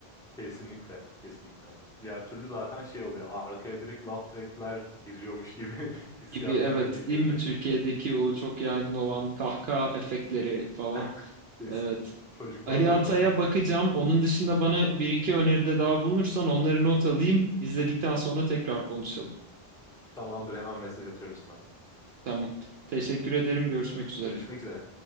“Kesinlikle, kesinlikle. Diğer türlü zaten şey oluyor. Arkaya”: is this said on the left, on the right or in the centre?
Centre